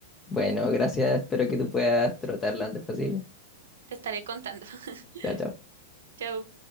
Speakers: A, on the left; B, on the right.
A: Bueno, gracias. Espero que tú puedas trotar lo antes posible.
B: te estaré contando. <laughs>
A: Chao, chao.
B: Chau.